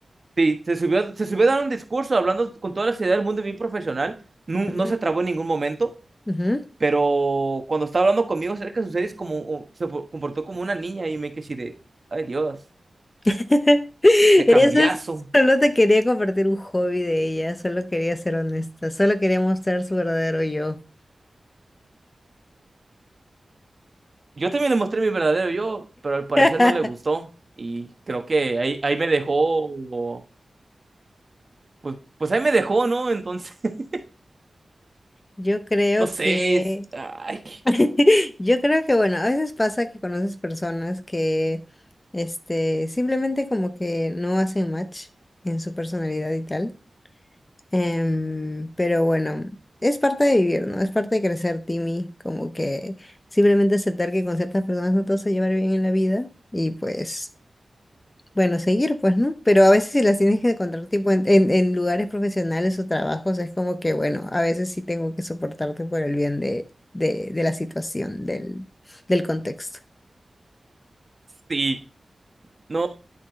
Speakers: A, on the right (about 40°); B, on the left (about 30°).
A: sí, se subió, se subió a dar un discurso hablando con toda la seriedad del mundo y bien profesional, no,
B: Ujú,
A: no se trabó en ningún momento.
B: ujú.
A: Pero cuando estaba hablando conmigo acerca de sus series, como, se comportó como una niña y me quedé así de, ay Dios,
B: <laughs> Eso
A: qué cambiazo.
B: es- solo te quería compartir un hobby de ella, solo quería ser honesta, solo quería mostrar su verdadero yo.
A: Yo también le mostré mi verdadero yo, pero al parecer
B: <laughs>
A: no le gustó y creo que ahí, ahí me dejó, pues, pues ahí me dejó, ¿no? Entonces, <laughs>
B: Yo creo
A: no sé,
B: que,
A: es- ay,
B: <laughs> yo creo que bueno, a veces pasa que conoces personas que, este, simplemente como que no hacen match en su personalidad y tal. Em, pero bueno, es parte de vivir, ¿no? Es parte de crecer, Timmy, como que simplemente aceptar que con ciertas personas no te vas a llevar bien en la vida y pues, bueno, seguir, pues, ¿no? Pero a veces si las tienes que encontrar tipo en, en, en lugares profesionales o trabajos, es como que, bueno, a veces sí tengo que soportarte por el bien de, de, de la situación, del, del contexto.
A: sí, no,